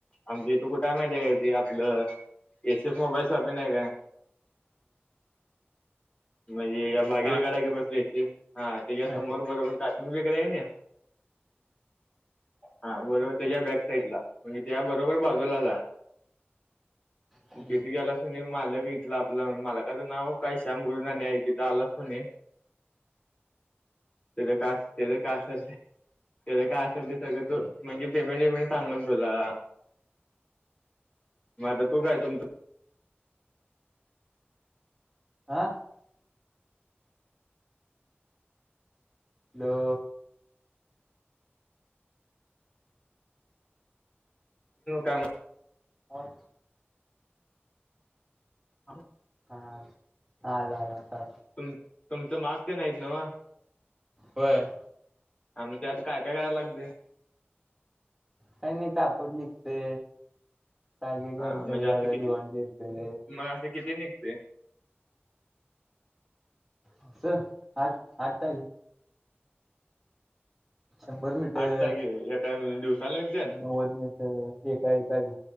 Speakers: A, on the left; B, in the centre.
A: आमच ईथ कुठाय माहिती आहे काय? ते आपलं, एस, एस मोबाईल शॉपी नाही काय? म्हणजे या भाग्यरेखा
B: हा
A: टाकी पसल एस एस हा त्याच्या
B: माहित
A: समोर बरोबर काश्मीर वगैरे आहे नाई हा बरोबर, त्याच्या बॅक साइड ला.. म्हणजे त्या बरोबर बाजूला जा,
B: हा
A: तिथे गेलास की नाही मालक इथला आपला मला का तर नाव, काही श्याम गुरुनाणी आहे तिथं आलंस कनी तेज काय ते काय असणार. त्याला काय असेल ते सगळ तू, म्हणजे पेमेंट बिमेंट सांगल तुला मग आता तू काय तुमच?
B: आह <unintelligible> हॅलो..
A: काय मऽऽ
B: हा
A: आणि,
B: हा आला आला. आता
A: तुम तुमचं माग तेन आहीत नवं...
B: वयय.
A: आनी त्यात काय काय करायला लागतयऽऽ
B: काही नाही कापड निघते टागे घाल
A: हा,, म्हणजे
B: घडी
A: असं
B: घाला
A: किती?
B: दिवाण येते
A: मग असंऽऽ किती निघतेय
B: अस, ह आठ तागं. शंभर मीटर,
A: आठ टाके एका दिवसाला निघत्यात
B: नव्वद मीटर एकऽऽ काही काज